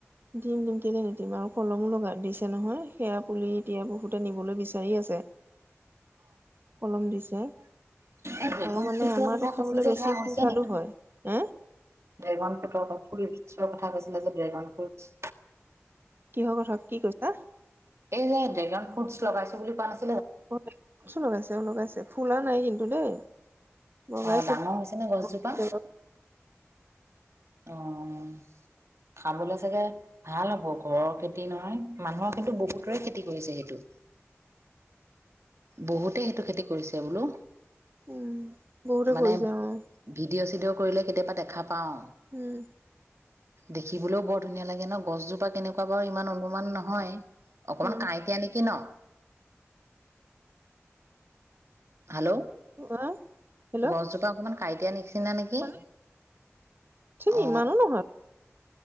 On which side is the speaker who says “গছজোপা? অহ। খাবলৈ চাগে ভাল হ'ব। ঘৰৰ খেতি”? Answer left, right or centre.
Right